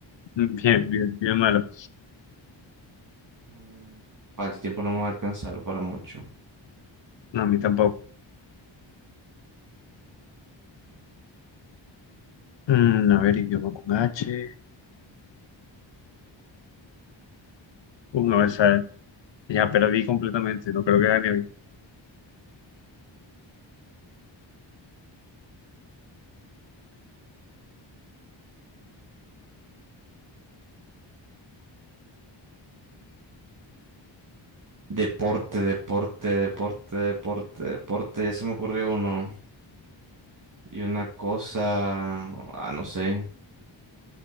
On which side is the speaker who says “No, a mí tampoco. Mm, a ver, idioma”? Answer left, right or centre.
Left